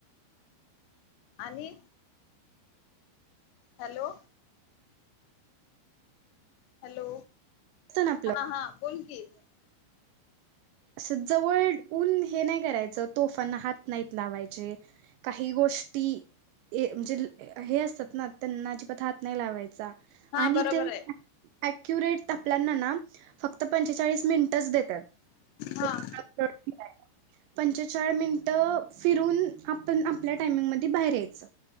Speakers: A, on the left; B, on the right.
A: आणि हॅलो हॅलो
B: ना आपलं
A: हा हा बोल कि?
B: अस जवळ ऊन हे नाही करायच तोफांना हात नाहीत लावायचे काही गोष्टी म्हणजे हे असतात ना त्यांना अजिबात हात नाही लावायचा.
A: हा
B: आणि
A: बरोबर
B: ते
A: आहे
B: अक्युरेट तापल्याना ना फक्त पंचेचाळीस मिनिटच देतात <unintelligible>
A: हा
B: पंचेचाळ मिनिट फिरून आपण आपल्या टायमिंगमध्ये बाहेर यायच.